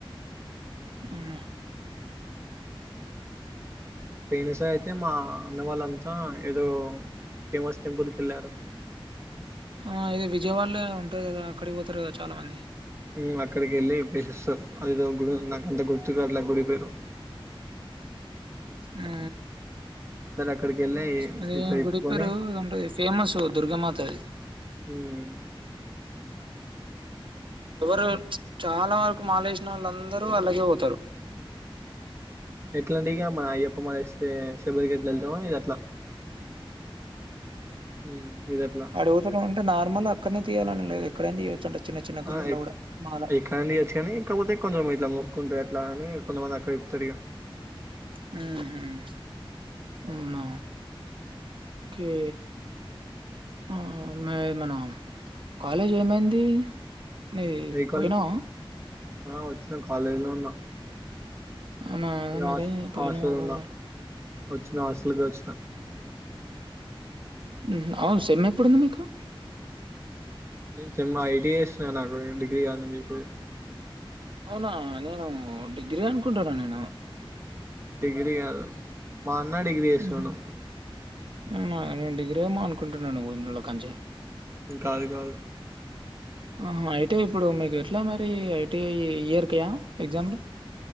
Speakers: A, on the right; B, on the right.
A: అవునా
B: పోయిైన సార్ అయితే, మా అన్న వాళ్ళంతా ఏదో ఫేమస్ టెంపుల్ కి వెళ్ళారు.
A: ఆ ఇది విజయవాడలే ఉంటాది కదా అక్కడికి పోతారు కదా చాలా మంది.
B: హు అక్కడికి వెళ్ళి ప్లేసెస్ అదేదో గుడి నాకంత గుర్తుకు రావట్లా గుడి పేరు
A: హూ
B: అందరు అక్కడికి వెళ్ళి
A: అది
B: ఇట్లా ఇప్పుకొని
A: గుడి పేరు అంటే ఫేమస్ దుర్గామాతది
B: ఉమ్
A: ఎవరు చాలా వరకు మాలేసిన నోళ్ళందరూ అలాగే పోతారు
B: ఎట్లాంటిే ఇగ మా అయ్యప్ప మాల స్తే బైకి ఎట్ల వెళ్తామో ఇది అట్ ఉమ్ ఇది అట్లా
A: అడుగుతడు అంటే నార్మల్ అక్కడనే తీయాలనే లేదు ఎక్కడైనా తీయొచ్చు అంట చిన్న చిన్న గుళ్ళలో
B: ఆ ఎక్
A: కూడా మాల
B: ఎక్కడన్నా ఇయ్యొచ్చు కానీ కాకపోతే కొందరు ఇట్లా మొక్కుంట ఎట్లా అని కొంతమంది అక్కడే తరి గా
A: హు హుమ్ అవునా కే ఆ మే మన కాలేజ్ ఏమైంది నే
B: ఏ కాలేజ్
A: పోయినావ
B: ఆ వచ్చిన కాలేజ్ లో ఉన్నా
A: అవునా
B: ఇగ
A: మరి పోయినా
B: హాస్టల్
A: అవలా
B: ఉన్నా వచ్చిన హాస్టల్ కి వచ్చినా
A: హు హ్ అవును సెమ్ ఎప్పుడుంది మీకు
B: నేన్ చెన్మ ఐటీ చేస్తున్నా నాకు డిగ్రీ కాద్ నేన్ చేసేది
A: అవునా నేను డిగ్రీ అనుకుంటున్న నేను
B: డిగ్రీ కాదు మా అన్న డిగ్రీ చేస్తున్నడు
A: ఉహు అవునా నేను డిగ్రీ ఏమో అనుకుంటున్నాను ఇన్ని రోజుల కానుంచి
B: కాదు కాదు
A: ఆ హా ఐటీ ఇప్పుడు మీకు ఎట్లా మరి ఐటీఐ ఇయర్ కయా ఎగ్జామ్లు